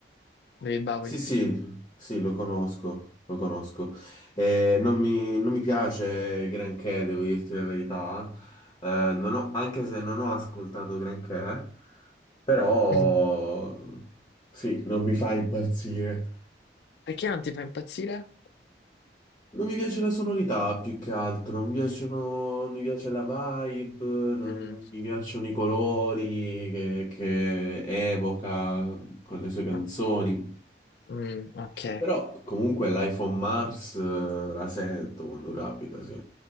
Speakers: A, on the left; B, on the left.
A: David Bowie?
B: Sì, sì, sì, lo conosco, lo conosco. Eh, non mi, non mi piace granché, devo dirti la verità. Eh, non ho- anche se non ho ascoltato granché, però
A: Mm.
B: sì, non mi fa impazzire.
A: Perché non ti fa impazzire?
B: Non mi piace la sonorità più che altro, mi piacciono, non mi piace la vibe, non
A: Mm.
B: mi piacciono i colori che, che evoca con le sue canzoni.
A: Ok. Mm, ok.
B: Però comunque l'iPhone Mars eh, la sento quando capita, sì.